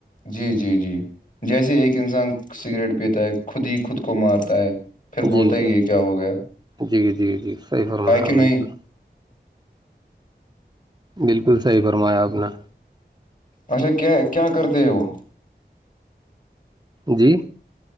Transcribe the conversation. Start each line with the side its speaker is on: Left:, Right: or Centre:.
Left: جی جی جی جیسے ایک انسان سگریٹ پیتا ہے خود ہی خود کو مارتا ہے پھر
Right: جی
Left: بولتا ہے
Right: جی
Left: یہ کیا ہو گیا
Right: جی جی جی صحیح فرمایا
Left: ہے کہ نہیں
Right: بالکل بالکل صحیح فرمایا آپ نے
Left: اچھا کیا کیا کرتے ہیں وہ
Right: جی